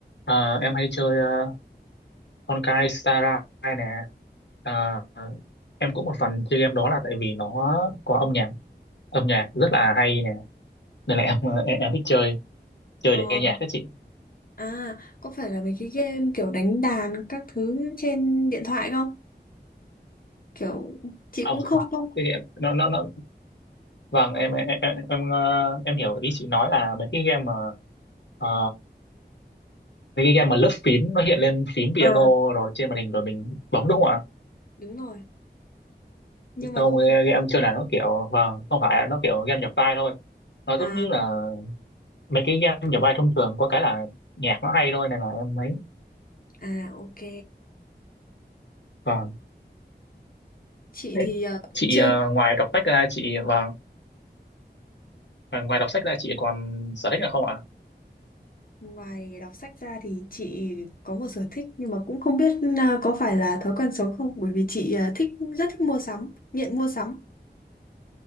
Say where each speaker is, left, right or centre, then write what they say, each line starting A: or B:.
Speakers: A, on the left; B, on the left.
A: Ờ, em hay chơi uh, Honkai Star Rail nè Ờ, em cũng một phần chơi game đó là tại vì nó có âm nhạc âm nhạc rất là hay nè nên là em ờ, em, em thích chơi chơi
B: ờ
A: để nghe nhạc các chị
B: à có phải là mấy cái game kiểu đánh đàn các thứ trên điện thoại không kiểu chị
A: không
B: cũng không không
A: cái game <laughs> nó nó nó vâng em em em em, ờ, em hiểu ý chị nói là mấy cái game mà ờ, mấy cái game mà lướt phím nó hiện lên phím piano
B: Ờ,
A: rồi trên màn hình rồi mình bấm đúng không ạ
B: đúng rồi nhưng mà
A: không
B: không
A: game
B: phải
A: game chơi là nó kiểu vâng không phải ạ, nó kiểu game nhập vai thôi nó
B: à
A: giống như là mấy cái game nhập vai thông thường có cái là nhạc nó hay thôi nên là em ấy
B: à ok
A: vâng
B: chị
A: Thế
B: thì ờ,
A: chị
B: chưa
A: ờ, ngoài đọc sách ra chị vâng ngoài ngoài đọc sách ra chị còn sở thích nào không ạ
B: ngoài đọc sách ra thì chị có một sở thích nhưng mà cũng không biết ờ, có phải là thói quen xấu không bởi vì chị ờ, thích rất thích mua sắm nghiện mua sắm